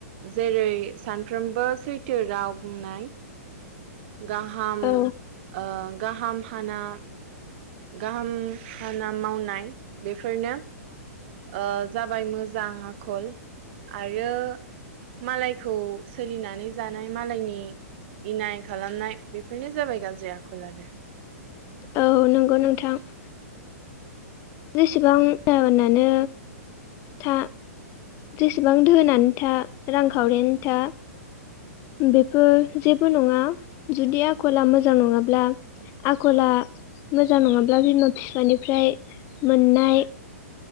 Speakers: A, on the right; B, on the left.
A: जेरै सानफ्रोमबो सैथो राव बुंनाय गाहाम
B: औ
A: ओ गाहाम हाना गाहाम खाना मावनाय बेफोरनो ओ जाबाय मोजां आखल आरो मालायखौ सोलिनानै जानाय मालायनि इनाय खालामनाय बेफोरनो जाबाय गाज्रि आखल आरो
B: औ नंगौ नोंथां । जेसेबां गाबोनानो था जेसेबां धोनानो था रांखावरियानो था बेफोर जेबो नङा जुदि आखला मोजां नङाब्ला आखला मोजां नङाब्ला बिमा बिफानिफ्राय मोननाय